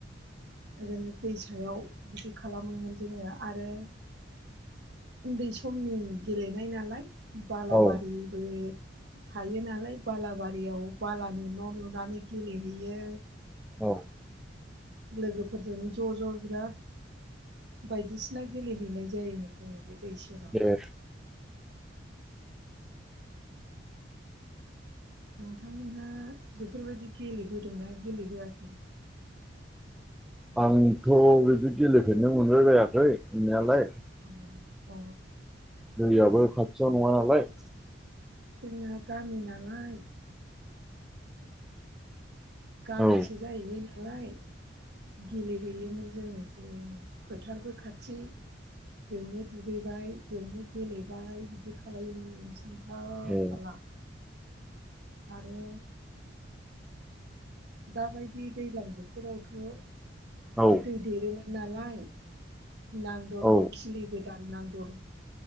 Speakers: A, on the right; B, in the centre.
A: ओरैनो दैसायाव बिदि खालामोमोन जोङो आरो उन्दै समनि गेलेनाय नालाय बालाबारिबो
B: औ
A: थायो नालाय बालाबारियाव बालानि न' लुनानै गेलेहैयो
B: औ
A: लोगोफोरजों ज' ज' बिराद बायदिसिना गेलेहैनाय जायोमोन जोङो बे दै सेराव
B: दे
A: नोंथांमोनहा बेफोरबायदि गेलेबोदोंना गेलेबोयाखै?
B: आंथ' बिदि गेलेफेरनो मोनबायबायाखै मोननायालाय
A: औ अ
B: दैयाबो खथियाव नङा नालाय
A: जोंना गामि नालाय गामिसो
B: औ
A: जाहैबाय नालाय गेलेहैयोमोन जोङो <unintelligible> फोथारबो खाथि बेयावनो दुगैबाय बेयावनो गेलेबाय बिदि खालायोमोन हान्था
B: ए
A: थाला आरो दा बायदि दैलां बोथोरावथ'
B: औ
A: दै देरोमोन नालाय नांदर
B: औ
A: बे खिलि गोदान नां दर